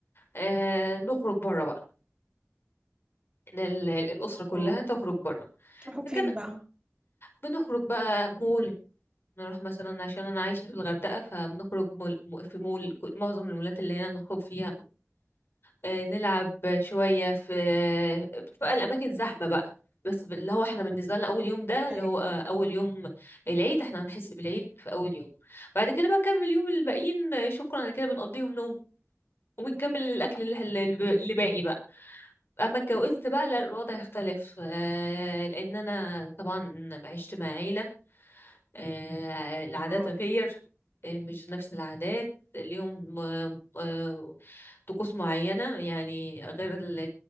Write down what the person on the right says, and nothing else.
اه
تروحوا
فين بقى
ايوه
اه